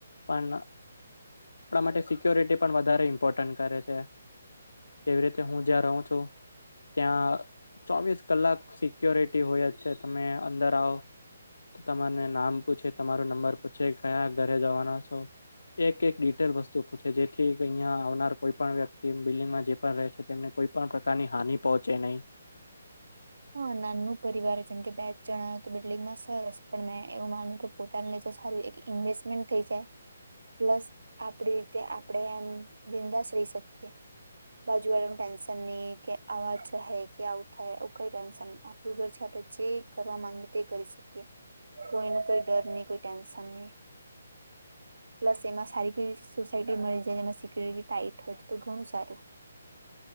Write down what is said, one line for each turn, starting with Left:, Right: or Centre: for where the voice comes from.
Left: પણ એટલા માટે સિક્યોરિટી પણ વધારે ઇમ્પોર્ટન્ટ કરે છે. જેવી રીતે હું જ્યાં રહું ત્યાં ચોવીસ કલાક સી ક્યોરિટી હોય જ છે તમે અંદર આવ તમાર ને નામ પૂછે તમારો નંબર પૂછે કયા ઘરે જવાના છો. એક એક ડિટેલ વસ્તુ પૂછે, જેથી અહિયા આવનાર કોઈ પણ વ્યક્તિ, બિલ્ડિંગમાં જે પણ રહે છે, તેમને કોઈ પણ પ્રકાર ની હાની પહોંચે નહી.
Right: હા, નાનુ પરિવાર જેમ કે બેજ જણા. બિલ્ડિંગમાં સરસ, પણ મેં એવું માનુંયું કે પોતાન લીધે તો, સારું એક ઇન્વેસ્ટમેન્ટ થઈ જાય. પ્લસ આપડી રીતે આપણેે એમ બિંદાસ રહી શકીયએ. બાજુ વાળેને ટેન્શન નહી, કે આવાજ કે આવું થાય. કઈ ટેન્શન ન આપડું ઘર છે, આપડણે જે કરવા માંગીએ તે કરી શકીએ. કોઈ ન કોઈ ડર નઈ, કોઈ ટેન્શન નઈ. પ્લસ એમાં સારી કોઈ સોસાયટી મળી જાય, એમાં સિક્યોરિટી ટાઈટ હોય તો, તો ઘણું સારું.